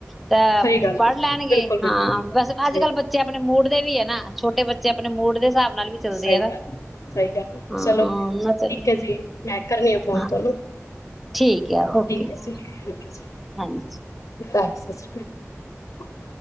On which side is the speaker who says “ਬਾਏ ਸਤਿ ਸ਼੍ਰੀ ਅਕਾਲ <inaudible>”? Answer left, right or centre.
Left